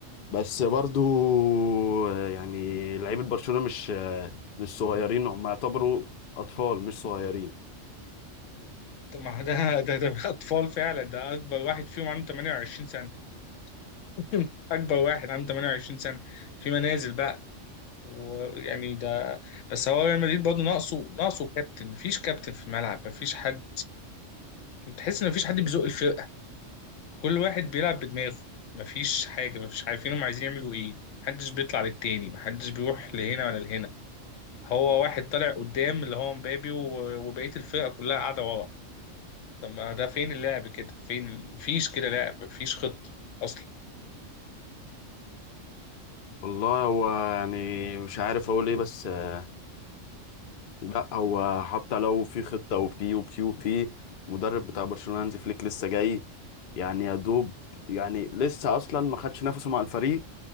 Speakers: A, on the left; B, on the left.
A: بس برضو آه، يعني لعيبة برشلونة مش آه، مش صغيرين هم يعتبروا أطفال مش صغيرين
B: طب ما ده <laughs> ده ده اطفال فعلا ده اكبر واحد فيهم عنده 28 <laughs> اكبر واحد عنده 28 سنه في منازل بقى ويعني ده بس هو ريال مدريد برضه ناقصه ناقصه كابتن مفيش كابتن في الملعب مفيش حد تحس ان مفيش حد بيزق الفرقه كل واحد بيلعب بدماغه مفيش حاجه مفيش عارفين هم عايزين يعملوا ايه محدش بيطلع للتاني محدش بيروح لهنا ولا لهنا هو واحد طالع قدام اللي هو مبابي و- وبقيه الفرقه كلها قاعده ورا طب ما ده فين اللعب كده فين مفيش كده لعب مفيش خطه اصلا
A: والله هو يعني مش عارف أقول إيه بس آه، لا هو حتى لو في خطة وفي وفي وفي مدرب بتاع برشلونة هانزي فليك لسه جاي يعني يا دوب يعني لسه أصلا ما خدش نفسه مع الفريق